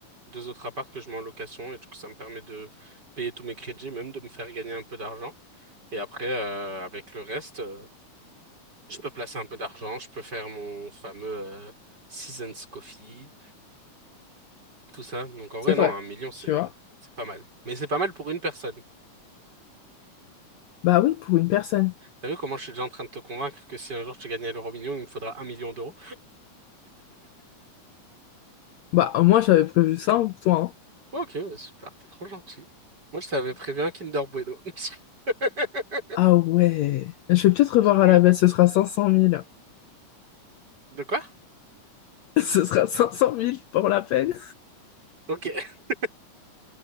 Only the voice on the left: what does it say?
C'est vrai,
tu vois.
Bah oui, pour une personne.
Bah, moi, j'avais prévu ça hein, pour toi. hein.
Ah ouais. Je vais peut-être revoir
à la baisse, ce sera cinq cent mille
<laughs> Ce sera cinq cent mille pour la peine.